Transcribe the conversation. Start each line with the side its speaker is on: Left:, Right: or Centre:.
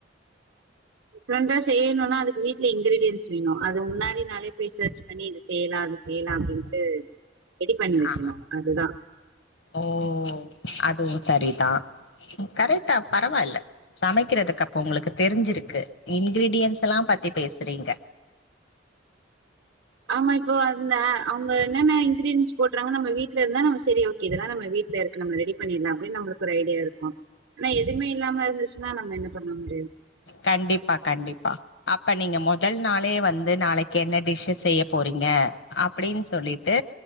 Right: டிஃப்ரெண்டா செய்யணுனா அது வீட்ல இங்கிரீடியன்ஸ் வேணு அது முன்னாடி நாளே பெய் சர்ச் பண்ணி இது செய்யலா அது செய்யலா அப்டின்ட்டு ரெடி பண்ணி வைக்கணு
Left: ஆ,
Right: அதுதா
Left: ஓ அதுவு சரிதா கரெக்டா பரவாயில்ல சமைக்கிறதுக்கு அப்ப உங்களுக்கு தெரிஞ்சிருக்கு இன்கிரீடியன்ஸ் எல்லா பத்தி பேசுறீங்க
Right: ஆமா இப்போ வந்தே அவுங்க என்னென்ன இன்கிரீடியன்ஸ் போடுறாங்க நம்ம வீட்ல இருந்தா நம்ம சரியா வரு இதெல்லாம் நம்ம வீட்ல இருக்கு நம்ம ரெடி பண்ணிடலா அப்டின்னு நம்மளுக்கு ஒரு ஐடியா இருக்கும் ஆனா எதுமே இல்லாம இருந்துச்சுன்னா நம்ம என்ன பண்ண முடியு
Left: கண்டிப்பா கண்டிப்பா அப்ப நீங்க முதல் நாளே வந்து நாளைக்கு என்ன டிஷ்ஸு செய்ய போறீங்க அப்டின்னு சொல்லிட்டு